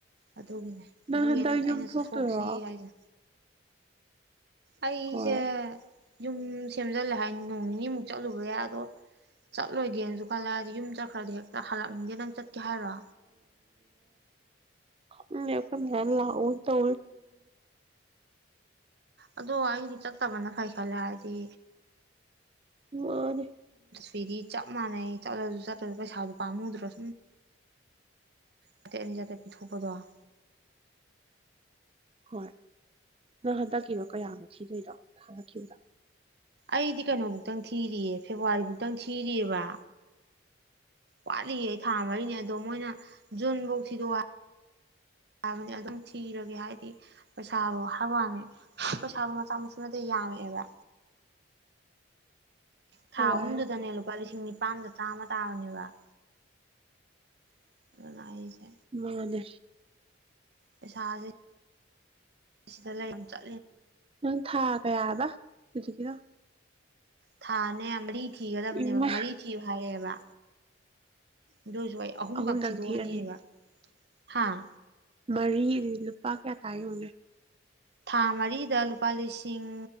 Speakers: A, on the right (about 55°); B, on the right (about 30°).
A: ꯑꯗꯨꯒꯤꯅꯦ
B: ꯅꯪ
A: ꯑꯗꯨꯒꯤꯅꯦ
B: ꯍꯟꯗꯛ ꯌꯨꯝ
A: ꯑꯩꯅ
B: ꯊꯣꯛꯇꯣꯏꯔꯣ
A: ꯆꯠꯊꯣꯛꯁꯤ ꯍꯥꯏꯁꯦ ꯑꯩꯁꯦ
B: ꯍꯣꯏ
A: ꯌꯨꯝ ꯁꯦꯝꯖꯤꯜꯂꯦ ꯍꯥꯏ ꯅꯣꯡ ꯅꯤꯅꯤꯃꯨꯛ ꯆꯠꯂꯨꯕ ꯌꯥꯏ ꯑꯗꯣ ꯆꯠꯂꯣꯏꯒꯦꯅꯁꯨ ꯈꯜꯂꯦꯗꯤ ꯌꯨꯝ ꯆꯠꯈ꯭ꯔꯗꯤ ꯍꯦꯛꯇ ꯍꯜꯂꯛꯅꯤꯡꯗꯦ ꯅꯪ ꯆꯠ ꯔ
B: ꯃꯂ ꯇ
A: ꯑꯗꯣ ꯑꯩꯗꯤ ꯆꯠꯇꯕꯅ ꯐꯩ ꯈꯜꯂꯦ ꯍꯥꯏꯗꯤ
B: ꯃꯥꯔ
A: ꯐꯦꯗꯤ ꯆꯞ ꯃꯥꯟꯅꯩ ꯆꯠꯂꯁꯨ ꯆꯠꯇꯂꯁꯨ ꯄꯩꯁꯥꯗꯨꯣ ꯄꯥꯝꯃꯨꯗ꯭ꯔꯣ ꯁꯨꯝ ꯑꯥꯇꯠ ꯑꯅꯤꯖꯥꯇꯦ ꯄꯤꯊꯣꯛꯄꯗꯣ <unintelligible>
B: ꯍꯣꯏ ꯅꯪ ꯍꯟꯗꯛꯀꯤꯗꯣ ꯀꯌꯥꯃꯨꯛ ꯊꯤꯗꯣꯏꯅꯣ ꯍꯥꯏꯪꯉꯛꯈꯤꯕꯗ
A: ꯑꯩꯗꯤ ꯀꯩꯅꯣꯕꯨꯧꯛꯇꯪ ꯊꯤꯔꯤꯌꯦ ꯐꯦꯕꯋꯥꯔꯤ ꯐꯧ ꯈꯤꯇꯪ ꯊꯤꯔꯤꯑꯕ ꯋꯥꯠꯂꯤꯌꯦ ꯑꯩ ꯊꯥ ꯃꯔꯤꯅꯦ ꯑꯗꯣ ꯃꯣꯏꯅ ꯌꯣꯟꯕꯨ ꯄꯨꯁꯤꯗ ꯌꯥꯕꯅꯤ ꯑꯗꯨꯝ ꯊꯤꯔꯒꯦ ꯍꯥꯏꯕꯗꯤ ꯄꯩꯁꯥꯗꯣ ꯍꯥꯏꯕ ꯋꯥꯅꯤ ꯄꯩꯁꯥꯗꯣ ꯃꯆꯥ ꯃꯁꯨꯅꯠꯇ ꯌꯥꯝꯃꯛꯑꯦꯕ ꯊꯥ
B: ꯍꯣꯏ
A: ꯑꯍꯨꯝꯗꯨꯗꯅꯦ ꯂꯨꯄꯥ ꯂꯤꯁꯤꯡ ꯅꯤ ꯑꯄꯥꯝꯗ ꯆꯥ ꯑꯃ ꯇꯥꯕꯅꯦꯕ <unintelligible>
B: ꯃꯥꯅꯦ
A: ꯄꯩꯁꯥꯥꯁꯦ ꯁꯤꯗ ꯂꯩ ꯆꯠꯂ
B: ꯎ ꯊꯥꯛ ꯀꯌꯥ ꯌꯥꯕ ꯁꯤꯗꯤ ꯀꯗꯣ
A: ꯊꯥꯅꯦ ꯍ ꯊꯤꯒꯗꯕꯅꯦꯕ
B: ꯏꯃꯥ
A: ꯃꯔꯤ ꯊꯤꯌꯨ ꯍꯥꯏꯔꯛꯑꯦꯕ ꯑꯗꯨꯏꯁꯨ ꯑꯩ ꯑꯍꯨꯝꯈꯛ
B: ꯑꯍꯨꯝꯗꯪ
A: ꯊꯤꯗꯣꯛꯑꯅꯦꯕ
B: ꯊꯤꯔꯅꯦꯕ
A: ꯍꯥꯥ
B: ꯃꯔꯤꯗꯤ ꯂꯨꯄꯥ ꯀꯌꯥ ꯇꯥꯏꯌꯌꯨꯅꯦ
A: ꯊꯥ ꯃꯔꯤꯗ ꯂꯨꯄꯥ ꯂꯤꯁꯤꯡ